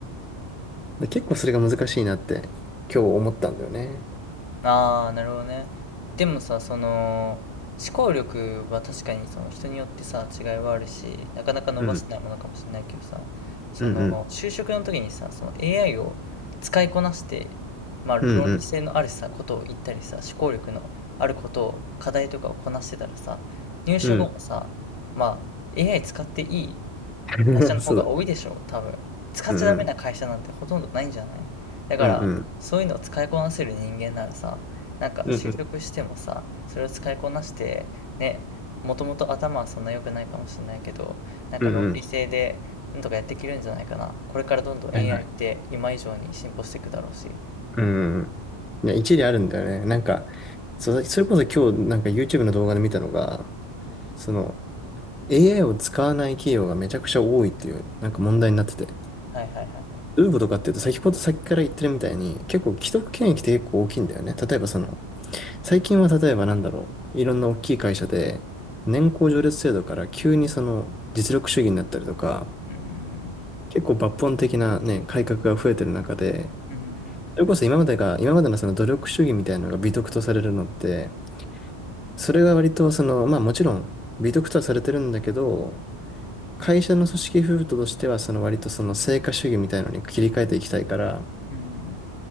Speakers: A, in the centre; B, on the left (about 70°).
A: で、結構それが難しいなって今日思ったんだよね。
B: ああ、なるほどね。でもさ、その、思考力は確かにその人によってさ、違いはあるし、なかなか伸ばせないものかもしれないけどさ、
A: うん、
B: その、
A: うん、うん、
B: 就職の時にさ、その AI を使いこなして、まあ、論理性のあるさ、
A: うん、
B: ことを言ったりさ、思考力のあることを、課題とかをこなしてたらさ、入社後もさ、
A: うん、
B: まあ、AI 使っていい
A: うん。
B: 会社の方が多いでしょう、
A: <laughs> そうだね
B: 多分。使っちゃダメな会社なんてほとんどないんじゃないだから、
A: うんうん。うんうん。
B: そういうのを使いこなせる人間ならさ、なんか就職してもさ、
A: うんうん。
B: それを使いこなして、ね、もともと頭はそんな良くないかもしれないけど、なんか論理性で、
A: うんうん。
B: なんとかやっていけるんじゃないかな。これからどんどん
A: やらない。
B: AI って今以上に進歩していくだろうし。
A: うんうん。いや、一理あるんだよね。なんか、そ、それこそ今日なんか YouTube の動画で見たのが、その AI を使わない企業がめちゃくちゃ多いっていうなんか問題になってて。
B: はいはいはいはい。
A: どういうことかっていうと、先ほど先から言ってるみたいに、結構既得権益って結構大きいんだよね。例えばその、最近は例えばなんだろう、いろんな大きい会社で、年功序列制度から急にその実力主義になったりとか、
B: うん
A: 結構抜本的なね、改革が増えてる中で、
B: うん
A: それこそ今までが、今までのその努力主義みたいなのが美徳とされるのって、それが割とその、まあもちろん美徳とはされてるんだけど、会社の組織風土としてはその割とその成果主義みたいのに切り替えていきたいから、
B: うんうんうん。